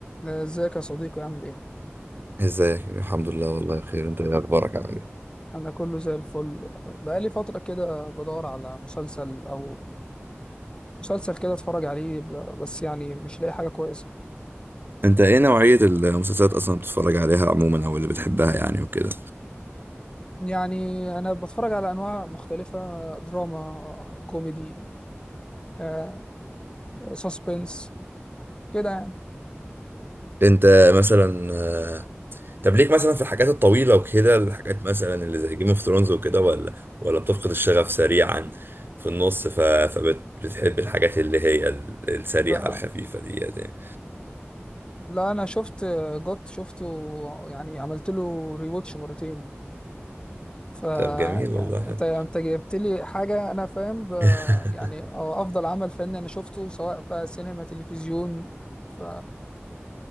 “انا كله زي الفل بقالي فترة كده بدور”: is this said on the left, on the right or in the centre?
Left